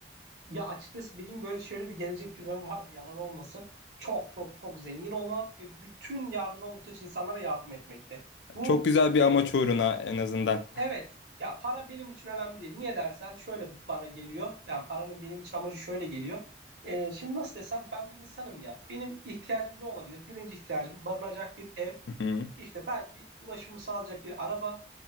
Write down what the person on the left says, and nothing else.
Çok güzel bir
amaç uğruna en azından.
Hı hı.